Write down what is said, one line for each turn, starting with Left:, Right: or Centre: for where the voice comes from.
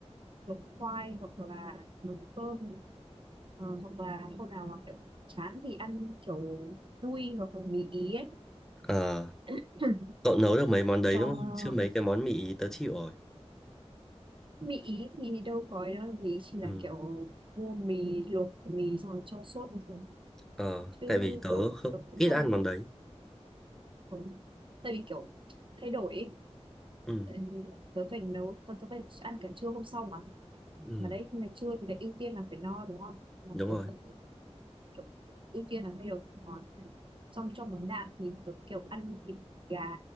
Right: luộc khoai hoặc là luộc cơm Ờ, hoặc là hôm nào mà kiểu chán thì ăn kiểu đuôi hoặc là mì ý ấy
Centre: ờ
Right: <clears throat>
Centre: cậu nấu được mấy món đấy
Right: <laughs> cho
Centre: đúng không chứ mấy cái món mì ý tớ chịu rồi
Right: mì ý thì đâu có ấy đâu mì ý chỉ là
Centre: ừ
Right: kiểu mua mì luộc mì xong rồi cho sốt thôi
Centre: Ờ,
Right: chứ
Centre: tại vì tớ
Right: kiểu
Centre: không,
Right: tôi cũng
Centre: ít
Right: không
Centre: ăn món đấy.
Right: Ừ. Tại vì kiểu thay đổi ấy.
Centre: Ừ,
Right: Tại vì Tớ phải nấu tớ, tớ phải ăn cả trưa hôm sau mà
Centre: ừ,
Right: mà đấy ngày trưa thì lại ưu tiên là phải no đúng không là
Centre: đúng
Right: tớ
Centre: rồi.
Right: vẫn kiểu ưu tiên là thay đổi các món xong trong món đạm thì tớ kiểu ăn thịt gà